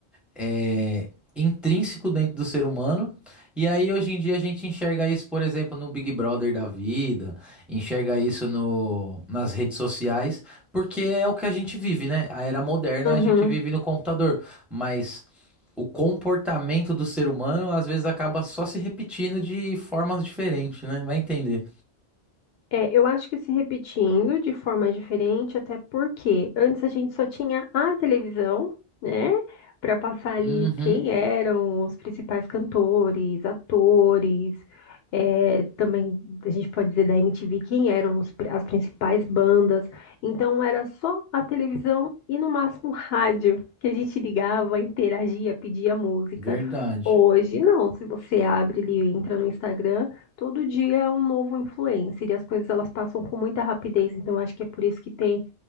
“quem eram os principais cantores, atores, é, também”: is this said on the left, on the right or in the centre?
Left